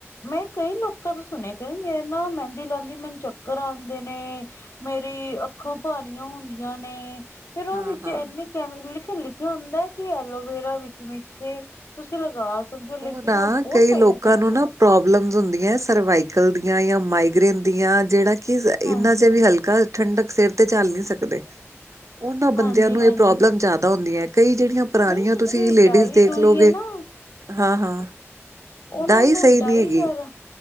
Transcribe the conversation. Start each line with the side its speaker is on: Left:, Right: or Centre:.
Left: ਮੈਂ ਕਈ ਲੋਕਾਂ ਤੋਂ ਸੁਣਿਆ ਕਹਿੰਦੀ ਮੈ ਨਾ ਮਹਿੰਦੀ ਲਾਉਂਦੀ ਮੈਨੂੰ ਚੱਕਰ ਆਉਂਦੇ ਨੇ। ਮੇਰੀ ਅੱਖਾਂ ਭਾਰੀਆਂ ਹੁੰਦੀਆਂ ਨੇ। ਫਿਰ ਉਹਦੇ
Right: ਹਾਂ-ਹਾਂ।
Left: ਚ ਇਨੇ ਕ ਲਿਖ ਲਿਖਿਆ ਹੁੰਦਾ ਕਿ ਐਲੋਵੇਰਾ ਵਿੱਚ ਮਿਕਸੇ ਏ। ਤੁਸੀਂ ਲਗਾ ਸਕਦੇ ਹੋ ਲੇਕਿਨ
Right: ਨਾ
Left: ਉਹ ਬਹੁਤ।
Right: ਕਈ
Left: ਸਾਈਡ
Right: ਲੋਕਾਂ
Left: ਇਫੈਕਟ
Right: ਨੂੰ ਨਾ
Left: ਨੇ
Right: ਪ੍ਰੋਬਲਮਸ ਹੁੰਦੀਆਂ ਆ ਸਰਵਾਈਕਲ ਦੀਆਂ ਜਾਂ ਮਾਈਗਰੇੇਨ ਦੀਆਂ ਜਿਹੜਾ। ਕਿ
Left: ਹਾਂਜੀ
Right: ਇੰਨਾ ਜਿਹਾ ਵੀ ਹਲਕਾ ਠੰਡਕ ਸਿਰ ਤੇ ਝਲ ਨੀ ਸਕਦੇ। ਉਹਨਾਂ
Left: ਹਾਂਜੀ
Right: ਬੰਦਿਆਂ ਨੂੰ
Left: ਹਾਂਜੀ
Right: ਇਹ ਪ੍ਰੋਬਲਮ ਜ਼ਿਆਦਾ ਹੁੰਦੀਆ ਕਈ ਜਿਹੜੀਆਂ ਪੁਰਾਣੀਆਂ
Left: ਨਹੀਂ
Right: ਤੁਸੀਂ
Left: ਜਿਹੜੀ
Right: ਲੇਡੀਜ਼
Left: ਡਾਈ
Right: ਦੇਖ
Left: ਡੂਈ
Right: ਲਓਗੇ
Left: ਹੈ ਨਾ
Right: ਹਾਂ-ਹਾਂ,
Left: ਉਹਨਾਂ
Right: ਤਾਂਈ
Left: ਨੂੰ
Right: ਸਹੀ
Left: ਡਾਈ
Right: ਨੀ ਹੈਗੀ।
Left: ਜ਼ਿਆਦਾ